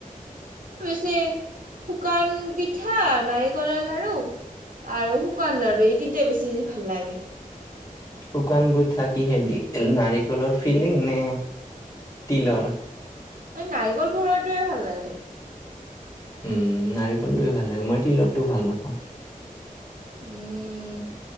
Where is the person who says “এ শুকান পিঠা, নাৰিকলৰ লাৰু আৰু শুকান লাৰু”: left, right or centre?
Right